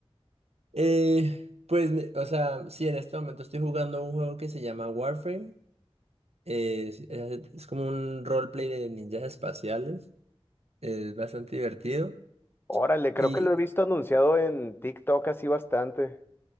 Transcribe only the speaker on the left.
Órale, creo
que lo he visto anunciado en TikTok así bastante.